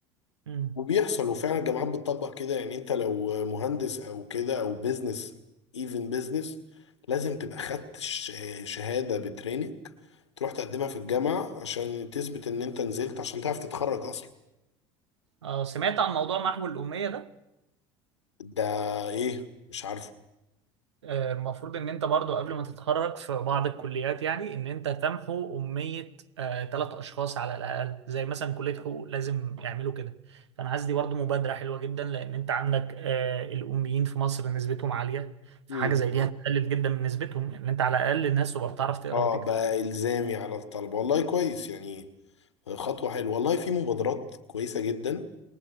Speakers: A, on the right; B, on the left.
A: مم.
B: وبيحصل وفعلا الجامعات بتطبق كده يعني انت لو مهندس او كده او بيزنس ايفن بيزنس لازم تبقى خدت ش- شهادة بتريننج تروح تقدمها في الجامعة عشان تثبت ان انت نزلت عشان تعرف تتخرج اصلا
A: اه سمعت عن موضوع محو الاميه ده
B: ده ايه مش عارفه
A: آه، المفروض ان انت برضو قبل ما تتخرج في بعض الكليات يعني ان انت تمحو امية ثلاث اشخاص على الاقل زي مثلا كلية حقوق لازم يعملوا كده فانا حاسس دي برضو مبادرة حلوة جدا لان انت عندك آه، الاميين في مصر نسبتهم عالية فحاجة
B: امم
A: زي دي مم. هتقلل جدا من نسبتهم ان انت على الاقل الناس تبقى بتعرف تقرا
B: اه
A: وتكتب
B: بقى الزامي على الطلبة والله كويس يعني خطوة حلوة والله في مبادرات كويسة جدا